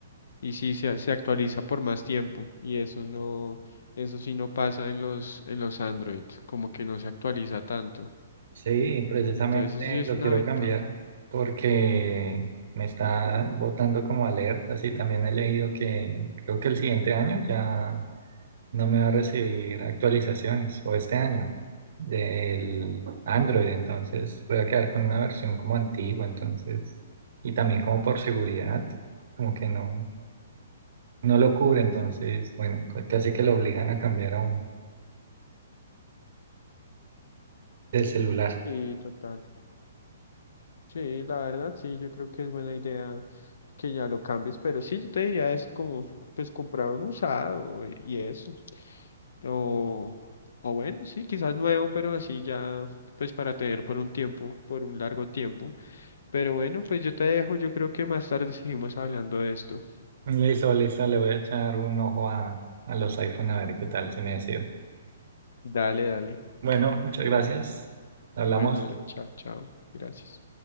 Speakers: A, on the left; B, on the right.
A: y sí se, se actualiza por más tiempo y eso no, eso sí no pasa en los, en los Android, como que no se actualiza tanto.
B: Sí, precisamente
A: Entonces eso sí es
B: lo
A: una
B: quiero
A: ventaja.
B: cambiar porque me está botando como alertas y también he leído que creo que el siguiente año ya no me va a recibir actualizaciones o este año del Android, entonces voy a quedar con una versión como antigua, entonces, y también como por seguridad, como que no, no lo cubre, entonces, bueno, casi que lo obligan a cambiar a uno del celular.
A: Sí, total. Sí, la verdad, sí, yo creo que es buena idea que ya lo cambies, pero sí, yo te diría eso como, pues comprar un usado y eso, o, o bueno, sí, quizás nuevo, pero así ya, pues para tener por un tiempo, por un largo tiempo, pero bueno, pues yo te dejo, yo creo que más tarde seguimos hablando de esto.
B: Listo, listo, le voy a echar un ojo a, a los iPhone a ver qué tal, si me decido.
A: Dale, dale.
B: Bueno, muchas gracias. Hablamos.
A: Bueno, dale. Chao, chao. Gracias.